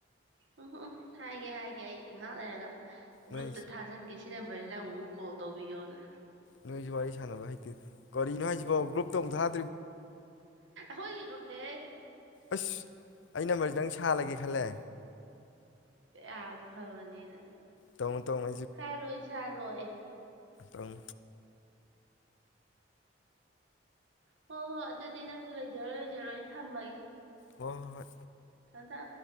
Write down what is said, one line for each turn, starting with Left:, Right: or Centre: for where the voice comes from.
Right: ꯎꯝꯝ ꯎꯝ ꯍꯥꯏꯒꯦ ꯍꯥꯏꯒꯦ ꯑꯩ ꯉꯥꯏꯍꯥꯛ ꯂꯩꯔꯒ ꯒ꯭ꯔꯨꯞꯇ
Left: ꯅꯣꯏ
Right: ꯊꯥꯖꯤꯟꯒꯦ ꯁꯤ ꯅꯝꯕꯔꯤꯗ ꯑꯃꯨꯛ ꯀꯣꯗꯣꯕꯤ ꯑꯣꯅꯦ
Left: ꯅꯣꯏꯁꯨ ꯋꯥꯔꯤ ꯁꯥꯟꯅꯕ ꯍꯩꯇꯦ ꯀꯔꯤꯅꯣ ꯍꯥꯏꯁꯤꯕꯥꯎ ꯒ꯭ꯔꯨꯞ ꯇꯧꯊꯥ
Right: ꯍꯣꯏꯌꯦ ꯨꯝꯗ ꯍꯦ
Left: ꯑꯁ ꯑꯩ ꯅꯝꯕꯔꯁꯤ ꯅꯪ ꯁꯥꯜꯂꯒꯦ ꯈꯜꯂꯦ
Right: ꯑ ꯍꯥꯏꯕꯅꯤꯗ
Left: ꯇꯧꯅꯨ ꯇꯧꯅꯨ
Right: ꯆꯂꯣꯏ ꯆꯂꯣꯏ
Left: ꯑ꯭ꯔꯝ
Right: ꯍꯣꯏ ꯍꯣꯏ ꯑꯗꯨꯗꯤ ꯅꯪꯁꯨ ꯂꯩꯖꯔꯣ ꯂꯩꯖꯔꯣ ꯅ ꯊꯝꯃꯒꯦ
Left: ꯍꯣꯏ ꯍꯣꯏ
Right: ꯊꯗ